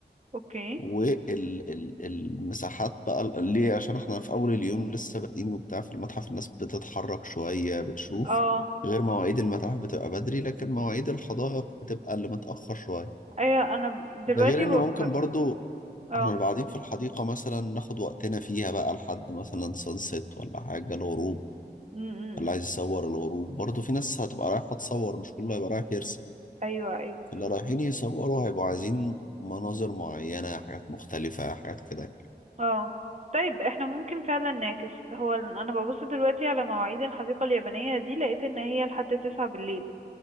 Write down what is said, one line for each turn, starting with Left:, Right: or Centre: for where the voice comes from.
Right: اوكي
Left: والمساحات بقى ال- ليه عشان احنا في اول اليوم لسه بادئين وبتاع في المتحف الناس بتتحرك شوية بتشوف
Right: اه
Left: غير مواعيد المتاحف بتبقى بدري لكن مواعيد الحدائق بتبقى اللي متأخر شوية
Right: ايوه انا دلوقتي
Left: ده غير ان
Right: ب...
Left: ممكن
Right: ب...
Left: برضو
Right: اه
Left: احنا نبقى قاعدين في الحديقة مثلا ناخد وقتنا فيها بقى لحد مثلا سانسيت ولا حاجة الغروب
Right: م- م-
Left: اللي عايز
Right: م.
Left: يصور الغروب برضو في ناس هتبقى رايحة تصور مش كله هيبقى رايح يرسم
Right: ايوه ايوه
Left: اللي رايحين يصوروا هيبقوا عايزين مناظر معينة حاجات مختلفة حاجات كده
Right: اه طيب احنا ممكن فعلا نعكس هو ال- انا ببص دلوقتي على مواعيد الحديقة اليابانية دي لقيت ان هي لحد تسعة بالليل